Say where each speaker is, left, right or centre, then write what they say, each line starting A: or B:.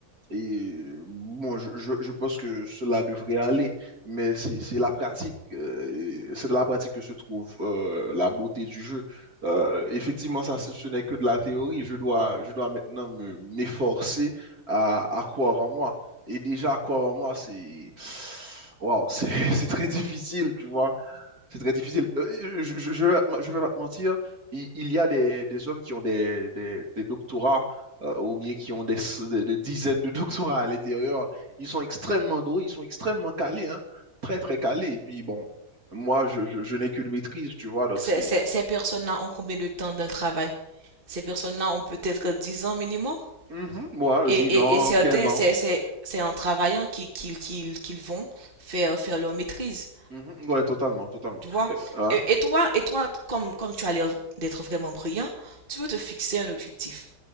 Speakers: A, on the right; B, on the right.
A: et bon, je, je, je pense que cela devrait aller, mais c'est c'est la pratique, euh, c'est de la pratique que se trouve euh, la beauté du jeu. Euh, effectivement, ça, ce, ce n'est que de la théorie. Je dois, je dois maintenant me, m'efforcer à, à croire en moi. Et déjà, croire en moi, c'est, wow, c'est, <laughs> c'est très difficile, tu vois. C'est très difficile. Euh, je, je, je vais, pas te- je vais pas te mentir, il, il y a des, des hommes qui ont des, des, des doctorats euh, ou bien qui ont des, s- des- des dizaines de <laughs> doctorats à l'intérieur. Ils sont extrêmement doués, ils sont extrêmement calés, hein. Très, très calés. Et puis, bon, moi, je, je, je n'ai qu'une maîtrise, tu vois, donc
B: ces,
A: c'est...
B: ces, ces personnes-là ont combien de temps dans le travail? Ces personnes-là ont peut-être 10 ans minimum.
A: Mhm, moi,
B: Et,
A: 10
B: et,
A: ans,
B: et certains,
A: 15 ans.
B: c'est, c'est, c'est en travaillant qu'ils, qu'ils, qu'ils, qu'ils vont faire, faire leur maîtrise,
A: Mhm, ouais, totalement, totalement.
B: tu vois.
A: Euh, hein,
B: Et, et toi, et toi, comme, comme tu as l'air d'être vraiment brillant, tu veux te fixer un objectif.